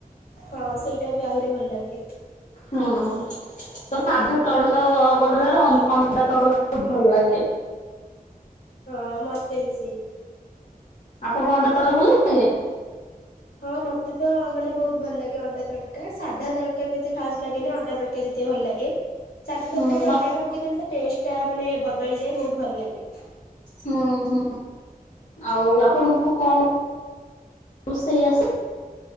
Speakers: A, on the left; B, on the left.
A: ହଁ ସେଇଟା ବି ଆହୁରି ଭଲ ଲାଗେ।
B: ହଁ। ତ ସାଧା ତଡକା ବଦଳରେ ଅଣ୍ଡ ଅଣ୍ଡା ତଡକା ବହୁତ ଭଲ ଲାଗେ।
A: ହଁ ମତେ ବି ସେଇ।
B: ଆପଣଙ୍କୁ ଅଣ୍ଡା ତଡକା ଭଲ ଲାଗେ?
A: ହଁ ମତେ ତ ଭଲ ଲାଗେ ଅଣ୍ଡା ତଡକା ସାଧା ତଡକା ବି ଏତେ ଖାସ୍ ଲାଗେନି ଅଣ୍ଡା ତ ଡକା ଯେତେ ଭଲ ଲାଗେ। ସାଧା
B: ହୁଁ
A: ତରକାରୀ
B: ମ
A: ଅଣ୍ଡାଟା ପକ କେଇଦେଲେ ତା ଟେଷ୍ଟଟା ମାନେ ବଦଳିଯାଏ ବହୁତ ଭଲ ଲାଗେ।
B: ହୁଁ ହୁଁ ଆଉ ଆପଣଙ୍କୁ କଣ ରୋଷେଇ ଆସେ?